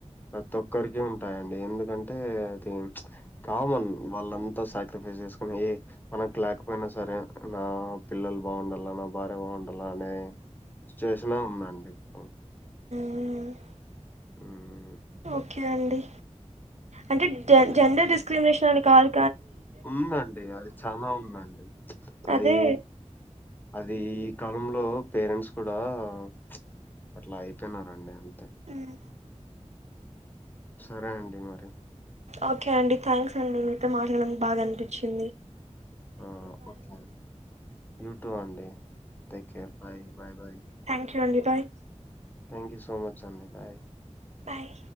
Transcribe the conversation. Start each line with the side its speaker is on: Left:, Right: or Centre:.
Left: ప్రతొక్కరికి ఉంటాయండి. ఎందుకంటే అది చ్ కామన్ వాళ్ళంతా సాక్రిఫ్రెస్ చేసుకుని ఏ మనకు లేకపోయినా సరే నా పిల్లలు బావుండాల నా భార్య బావుండాలనే చేషనే ఉందండి. ఆ
Right: ఉ
Left: మ్మ్
Right: ఓకే అండి అంటే జె
Left: ఇంకే
Right: జెండర్ డిస్క్రిమిష్ చని కాల్
Left: ఉందండి, అది చాలా ఉందండి. అదీ
Right: అదే
Left: అదీ ఈ క మంలో పేరెంట్స్ కూడా చ్ అట్లా అయిపోయినారండి. తె
Right: హ్మ్.
Left: సరే అండి మరి
Right: ఓకే అండి థ్యాంక్స్ అండి మీతో మా నం బాగనిపించింది.
Left: ఆ ఓకే అండి, యూ టు అండి take care bye bye bye
Right: క్యు అండి bye
Left: thank you so much అండి బయ్.
Right: బాయ్